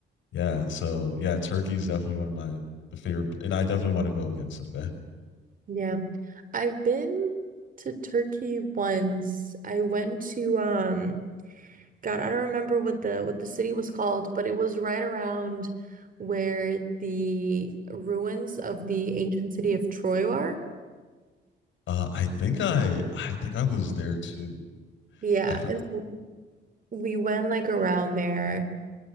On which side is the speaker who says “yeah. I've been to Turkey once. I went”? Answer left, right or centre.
Right